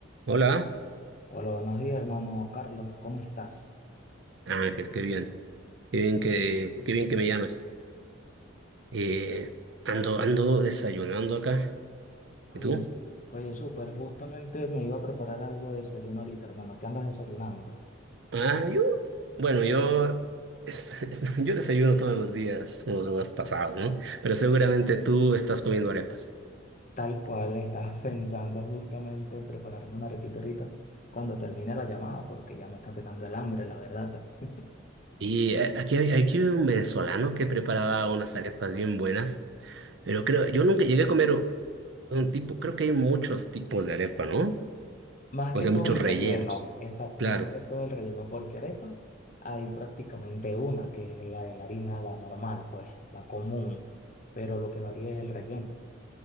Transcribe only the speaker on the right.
Hola,
Ángel, qué bien, qué bien que, qué bien que me llamas. Eh, ando, ando desayunando acá.
¿Y tú?
Ah, yo, bueno, yo, es- es- <laughs> yo desayuno todos los días, unos días pasados, ¿no? Pero seguramente tú estás comiendo arepas.
Y eh, aquí, hay- aquí hay un venezolano que preparaba unas arepas bien buenas, pero creo, yo nunca llegué a comer un un tipo. Creo que hay muchos tipos de arepa, ¿no?
O
sea,
muchos
rellenos.
Claro,